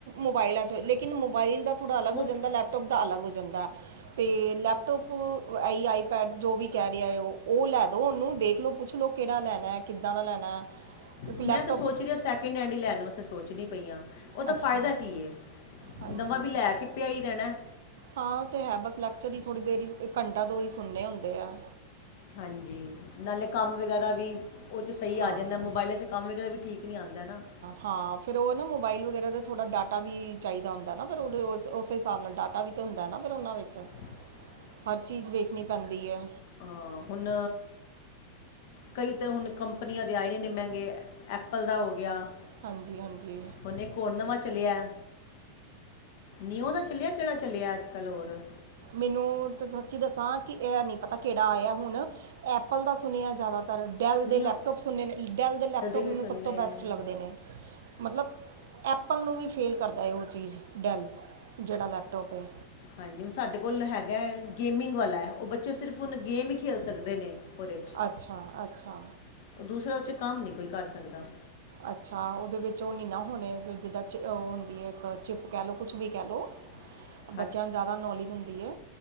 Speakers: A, on the right; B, on the left.
A: ਮੋਬਾਇਲਾਂ ਚ ਲੇਕਿਨ ਮੋਬਾਇਲ ਦਾ, ਥੋੜ੍ਹਾ ਅੱਗ
B: ਮੋ-
A: ਹੋ ਜਾਂਦਾ ਲੈਪਟੋਪ ਦਾ ਅਲੱ ਹੋ ਜਾਂਦਾ ਹੈ, ਤੇ ਲੈਪਟੋਪ ਆਈ ਆਈਪੈਡ ਜੋ ਵੀ ਕਹਿ ਰਿਹਾ ਉਹ ਲੈ ਦੋ ਉਹਨੂੰ ਦੇਖ ਲਓ ਪੁੱਛ ਲਓ ਕਿਹੜਾ ਲੈਣਾ ਕਿੱਦਾਂ ਦਾ ਲੈਣਾ,
B: <unintelligible>
A: ਲੈਪ <unintelligible>
B: ਸੋਚ ਰੀ ਆਂ, ਸੈਕਿੰਡ ਹੈਂਡ ਹੀ ਲੈਣ ਨੂੰ ਵਾਸੇ ਸੋਚਣੀ ਪਈਆਂ ਉਹਦਾ
A: ਅੱਛਾ
B: ਫਾਇਦਾ ਕੀ ਹੈ
A: ਹਾਂਜੀ
B: ਨਵਾਂ ਵੀ ਲੈ ਕੇ ਪਿਆ ਹੀ ਰਹਿਣਾ,
A: ਹਾਂ ਉਹ ਤੇ ਹੈ ਬਸ ਲੈਕਚਰ ਹੀ ਥੋੜ੍ਹੀ ਦੇਰ ਹੀ ਘੰਟਾ ਦੋ ਹੀ ਸੁਣੇ ਹੁੰਦੇ ਆ,
B: ਹਾਂਜੀ ਨਾਲੇ ਕੰਮ ਵਗੈਰਾ ਵੀ, ਉਹ ਚ ਸਹੀ ਆ
A: ਹਾਂ
B: ਜਾਂਦਾ ਮੋਬਾਇਲਾਂ ਚ ਕੰਮ ਵਗੈਰਾ ਵੀ ਠੀਕ ਨਹੀਂ ਆਉਦਾ ਨਾ,
A: ਹਾਂ ਫਿਰ ਉਹ ਨਾ ਮੋਬਾਈਲ ਵਗੈਰਾ ਦਾ ਥੋੜ੍ਹਾ ਡਾਟਾ ਵੀ ਚਾਹੀਦਾ ਹੁੰਦਾ ਨਾ, ਫਿਰ ਉਹਦੇ ਉਸ ਉਸੇ ਹਿਸਾਬ ਨਾਲ ਡਾਟਾ ਵੀ ਹੁੰਦਾ ਨਾ ਫਿਰ ਉਹਨਾਂ ਵਿੱਚੋ
B: <inaudible>
A: ਹਰ ਚੀਜ਼ ਵੇਖਣੀ ਪੈਂਦੀ ਐ
B: ਆ ਹੁਣ ਕਈ ਤੇ ਹੁਣ ਕੰਪਨੀਆਂ ਦੇ ਆਏ ਨੇ ਮਹਿੰਗੇ, ਐਪਲ ਦਾ ਹੋ ਗਿਆ
A: ਹਾਂਜੀ-ਹਾਂਜੀ।
B: ਹੁਣ ਇੱਕ ਹੋਰ ਨਵਾਂ ਚਲਿਆ ਨਿਓ ਦਾ ਚੱਲਿਆ, ਕਿਹੜਾ ਚੱਲਿਆ ਅੱਜ-ਕੱਲ੍ਹ ਹੋਰ?
A: ਮੈਨੂੰ ਤੇ ਸੱਚੀ ਦੱਸਾਂ ਕਿ ਐਹ ਨੀ ਪਤਾ ਕਿਹੜਾ ਆਇਆ ਹੁਣ, ਐਪਲ ਦਾ ਸੁਣਿਆ ਜ਼ਿਆਦਾ ਪਰ ਡੈਲ
B: ਨਿਓ
A: ਦੇ ਲੈਪਟੋਪ ਸੁਣੇ ਨੇ, ਡੈਲ ਦੇ ਲੈਪਟੋਪ
B: ਵੀ
A: ਮੈਨੂੰ
B: ਸੁਣਨੇ
A: ਸਭ ਤੋਂ ਬੈਸਟ
B: ਨੇ
A: ਲੱਗਦੇ ਨੇ ਮਤਲਬ ਐਪ ਪਲ ਨੂੰ ਵੀ ਫੇਲ ਕਰਦਾ ਏ ਉਹ ਚੀਜ਼, ਡੈੱਲ ਜਿਹੜਾ ਲੈਪਟੋਪ ਏ
B: ਹਾਂਜੀ, ਹੁਣ ਸਾਡੇ ਕੋਲ ਹੈਗਾ ਗੇਮਿੰਗ ਵਾਲਾ ਐ, ਉਹ ਬੱਚੇ ਸਿਰਫ ਹੁਣ ਗੇਮ ਈ ਖੇਲ ਸਕਦੇ ਨੇ ਉਹਦੇ 'ਚ
A: ਅੱਛਾ-ਅੱਛਾ।
B: ਉਹ ਦੂਸਰਾ ਉਹ 'ਚ ਕੰਮ ਨੀ ਕੋਈ ਕਰ ਸਕਦਾ
A: ਅੱਛਾ, ਉਹਦੇ ਵਿੱਚ ਉਹ ਨੀ ਨਾ ਹੋਣੇ, ਜਿੱਦਾਂ ਚਿ ਉਹ ਹੁੰਦੀ ਏ ਇੱਕ ਚਿੱਪ ਕਹਿ ਲਉ ਕੁਛ ਵੀ ਕਹਿ ਲਉ
B: <inaudible>
A: ਬੱਚਿਆਂ ਨੂੰ ਜ਼ਿਆਦਾ ਨੌਲੇਜ ਹੁੰਦੀ ਏ,